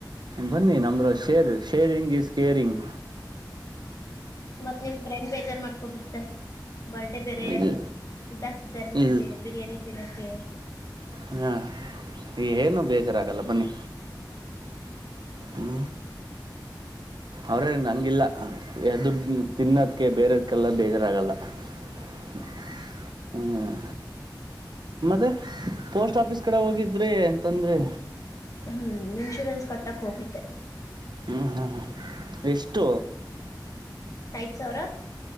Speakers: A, on the right; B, on the left.
A: ಬನ್ನಿ ನಮ್ರ ಶೇರ್ ಶೇರಿಂಗ್ ಈಸ್ ಕೇರಿಂಗ್
B: ಮತ್ತತ್ ನಿಮ್ಫ್ರೆಂಡ್ ಬೇಜಾರ ಮಾಡ್ಕೋಬಿಡ್ತಾರ್ ಬರ್ಡೇ ಬೇರೆ
A: ಇಲ್ಲ
B: ದುಡ್ಡು ಹಾಕಿದ್ದಾರೆ ನಿಮ್ಗೆ
A: ಇಲ್
B: ಬಿರಿಯಾನಿ ತಿನ್ನೋಕ್ಕೆಿ
A: ಹಾಂ ಏನು ಬೇಜಾರಾಗಲ್ಲ ಬನ್ನಿ ಹಾ ಅವರೇ ನಂಗಿಲ್ಲ ಎದುಡು ತಿನ್ನೋದಕ್ಕೆ ಬೇರದಕ್ಕೆಲ್ಲ ಬೇಜಾರಾಗಲ್ಲ <unintelligible> ಹ್ಮ್ ಮತ್ತೆ ಪೋಸ್ಟ್ ಆಫೀಸ್ ಕಡೆ ಹೋಗಿದ್ರೆ ಅಂತಂದ್ರೆ
B: ಹ್ಞೂ ಇನ್ಶೂರೆನ್ಸ್ ಕಟ್ಟಕ್ಕೆ ಹೋಗಿದ್ದೆ
A: ಹ್ಮ್ ಹ್ಮ ಎಷ್ಟು
B: ಐದು ಸಾವಿರ